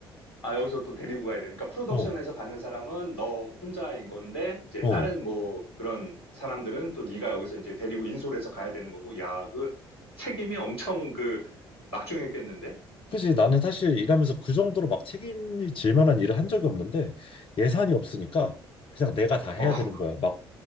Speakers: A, on the left; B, on the left.
A: 아, 여기서 또 데리고 가야 돼. 그러니까 프로덕션에서
B: 어,
A: 가는 사람은 너 혼자인 건데, 이제
B: 어.
A: 다른 뭐 그런 사람들은 또 네가 여기서 이제 데리고 인솔해서 가야 되는 거고, 야, 그 책임이 엄청 그 막중했겠는데?
B: 그지 나는 사실 일하면서 그 정도로 막 책임이 질 만한 일을 한 적이 없는데 예산이 없으니까 그냥 내가 다 해야
A: 어,
B: 되는 거야
A: <laughs>
B: 막